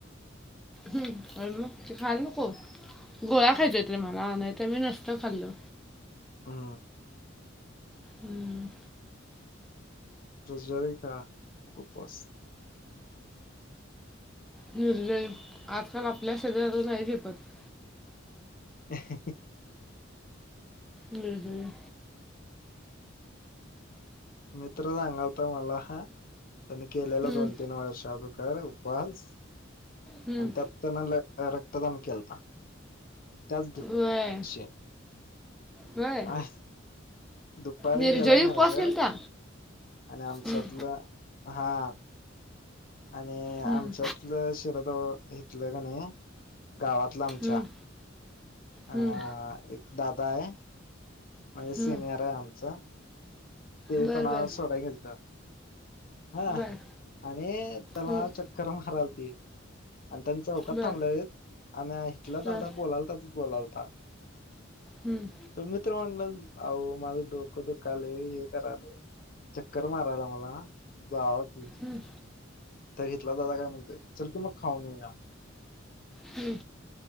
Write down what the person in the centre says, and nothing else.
हम अ मग ते खाल नको गोळा्या खायच्या रे मला नाही तर मी नसत खाल्ल.
हम्म.
न्यूझ आजकाल आपल्या शरीराला नाही झेपत. <unintelligible>
हम्म हम्म.
हम्म,
हम्म,
वय
वय
निर्जळी
उपवास केलता
हम्म,
हम्म,
हम्म.
हं,
हं.
बर
बर
बर
हं,
बर
हं,
हम्म.
हं.
हम्म